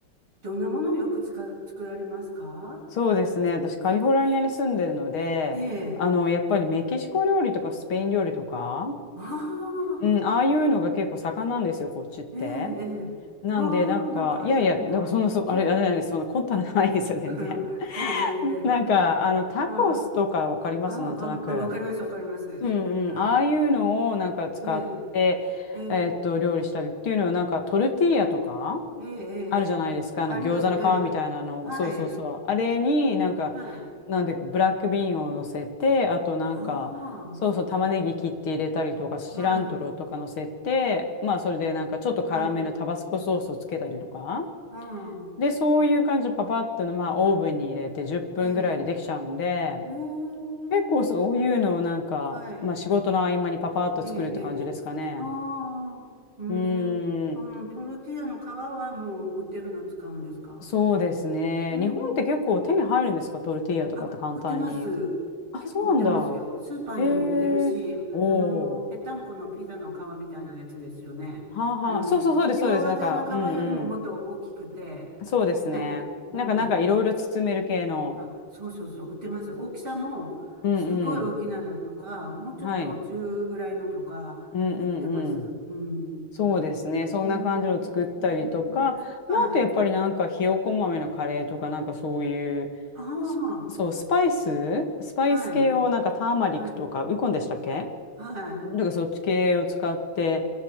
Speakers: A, on the right; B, on the left.
A: どんなものをよくつか、作られますか
B: そうですね。私、カリフォルニアに住んでるので、
A: ええ、
B: あの、やっぱりメキシコ料理とかスペイン料理とか、
A: ああ、
B: うん、ああいうのが結構盛んなんですよ、こっちって。
A: ええ、ええ、
B: なんで、
A: うわあ、
B: なんか、
A: なんかいいな。
B: いやいや、なんかそんな、そ、
A: うん。
B: あれ、あれなんです、そんな凝ったのないですよ、全然。
A: <laughs>
B: <laughs>
A: ええ、ええ、
B: なんか、
A: ええ
B: あの、タコスとかわかります、
A: ああ、ああ、
B: なんとなく。
A: ああ、わかります、わかります。
B: うんうん。
A: はい。
B: ああいうのをなんか使って、
A: ええ、ええ、
B: えーっと、料理したりっていうのは、なんかトルティーヤとか
A: ええ、え
B: あるじゃないですか。
A: え、ええありますね。
B: あの餃子の皮みたいなの。
A: はい。
B: そうそうそう。あれになんか、
A: はい。
B: なんで、ブラックビーンを乗せて、あとなんか、
A: あ
B: そうそう、玉ねぎ切って入れたりとか、シラントロとか乗せて、
A: あ、はい、
B: まあ、それでなんかちょっと辛めのタバスコソースをつけたりとか。
A: はい、ああ、
B: で、そういう感じでパパッとの、まあ、オーブンに入れて10分ぐらいでできちゃうんで、
A: ええ、うーん、
B: 結構そういうのをなんか、
A: はい、
B: まあ仕事の合間にパパッと作るって感じですかね。
A: ええ、ええ、ああ、うーん、
B: うーん、
A: うん、トルティーヤの皮はもう売ってるの使うんですか
B: そうですね。
A: うー
B: 日本って結構手に入るんですかトルティーヤとかって簡単に。
A: ん、あ、売ってます。
B: あ、
A: 結構売ってますよ。
B: そうなんだ。
A: スーパーにも売ってるし、
B: ええおおー。
A: あの、ぺったんこのピザの皮みたいなやつですよね。
B: はあはあ。
A: あの、
B: そうそうそうです、
A: 餃子の皮よりももっと大きくて、
B: そうです。なんか、うんうん。そうですね。
A: ね、うん。
B: なんか、なんかいろいろ包める系の。
A: あ、そうそうそう、売ってます。大きさも、
B: うんうん。
A: すごい大きなのとか、もうちょっと中ぐらいのとか、
B: はい。うんうん
A: 売ってます。うん。
B: そうですね。そんな感じの作ったりとか、
A: うーん。うん。うんはい。
B: まあ、あとやっぱりなんかひよこ豆のカレーとか、なんかそういう、
A: ああ、
B: スそう、スパイス、スパイス系をなんかターマリックとか、
A: はい。はい。
B: ウコンでしたっけ
A: はい。
B: なんかそっち系を使って、